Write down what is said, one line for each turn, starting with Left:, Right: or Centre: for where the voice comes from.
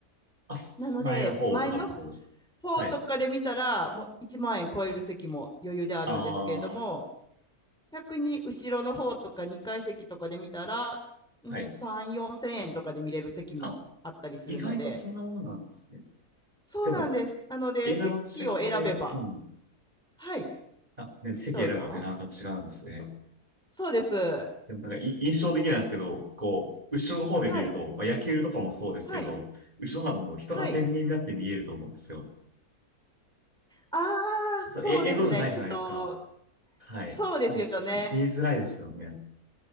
Right: あ、す前の方とかってことですかはい。
Centre: なので、前の方とかで見たら、もう1万円超える席も余裕であるんですけれども、
Right: ああ、
Centre: 逆に後ろの方とか2階席とかで見たら、うん、
Right: はい。
Centre: 3、4千円とかで見れる席もあったりするので、
Right: あ、意外とそんなもんなんですね。
Centre: そうなんです。
Right: でも、
Centre: なので、
Right: 映画と違って、
Centre: 席を選べば、
Right: うん。
Centre: はい、
Right: あ、ね、席選ぶよね、
Centre: どうぞ。
Right: なんか違うんですね。
Centre: そうです。は
Right: でもなんかい印象的なんですけど、こう、後ろの方で見ると、
Centre: い、
Right: まあ、野球とかもそうですけど、
Centre: はい、
Right: 後ろの方も人が天秤になって見えると思うんですよ。
Centre: はい。ああ、そうですね。
Right: それ、え、映像じゃないじゃないですか。
Centre: 人、
Right: はい。
Centre: そうですよね。
Right: もう、見えづらいですよね。